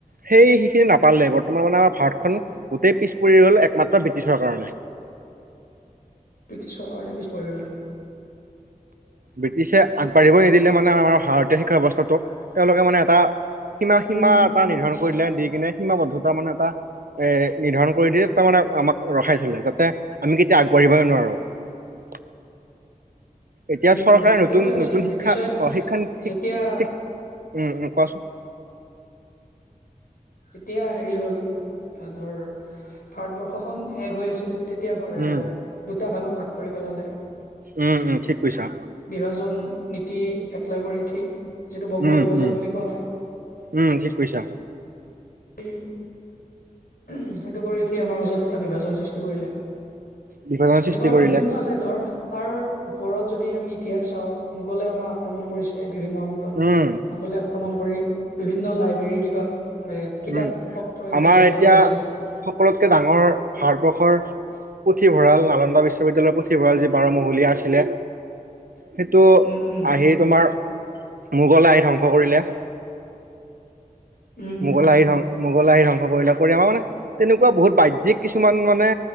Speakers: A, on the right; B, on the left.
A: সেই সেইখিখিনি নাপালে। বৰ্তমান মানে আমাৰ ভাৰতখন গোটেই পিছ পৰি গ'ল। একমাত ব্ৰিটিছৰ কাৰণে।
B: ব্ৰিটিছৰ কাৰণে পিছ পৰি ৰ'ল।
A: ব্ৰিটিছে আগবাঢ়িব নিদিলে মানে আমাৰ ভাৰতীয় শিক্ষা ব্যৱস্থাটোক। তেওঁলোকে মানে এটা সীমা সীমা
B: উম, উম,
A: এটা নিৰ্ধাৰণ কৰি দিলে, দি কিনে সীমাবদ্ধতা মানে এটা এ নিৰ্ধাৰণ কৰি দিয়ে। তাৰ মানে আমাক ৰখাই থ। যাতে আমি কেতিয়া আগবাঢ়িবই নোৱাৰো। <unintelligible> এতিয়া
B: উম,
A: চৰকাৰে
B: উম,
A: নতুন-নতুন
B: সেইটোৱে আছিল
A: শিক্ষা
B: ব্ৰিটিছে
A: অ শিক্ষানীতি
B: যেতিয়া
A: শিক্ষা শিক-শিক উম, উম। কোৱাচোন।
B: তেতিয়া হেৰি হ'ল ধৰ ভাৰতবৰ্ষখন এক হৈ আছিল। তেতিয়া
A: উম
B: দুটা ভাগত ভাগ কৰি পেলালে।
A: উম, উম ঠিক কৈছা।
B: বিভাজন নীতি এপ্লাই কৰি উঠি যিটো বংগ
A: উম
B: বিভাজন
A: উম
B: বুলি কোৱা হয়।
A: উম ঠিক কৈছা
B: স সেইটো কৰি উঠি আমাৰ মাজত এটা বিভাজন সৃষ্টি কৰিলে।
A: বিভাজনৰ
B: এনেকুৱা
A: সৃষ্টি
B: আৰু
A: কৰিলে
B: বিভিন্ন আছে। ধৰ তাৰ ওপৰত যদি আমি ইতিহাস চাওঁ। মোগলে আমাক আক্ৰমণ কৰিছে বিভিন্ন সময়ত
A: উম
B: মোগলে আক্ৰমণ কৰি বিভিন্ন লাইব্ৰেৰী কিবা কিতাপ
A: উম,
B: পত্ৰ এইবিলাক
A: আমাৰ
B: জ্বলাই
A: এতিয়া
B: পেলাইছিল
A: সকলোতকে ডাঙৰ ভাৰতবৰ্ষৰ পুথিভঁৰাল নালন্দা বিশ্ব বিশ্ববিদ্যালয়ৰ পুথিভঁৰাল যি বাৰমহলীয়া আছিলে, সেইটো
B: উম উম
A: আহি তোমাৰ মোগল আহি ধ্বংস কৰিলে।
B: উম
A: মোগল
B: উম
A: আহি ধ, মোগল আহি ধং কৰি আমাৰ মানে তেনেকুৱা বহুত বাহ্যিক কিছুমান মানে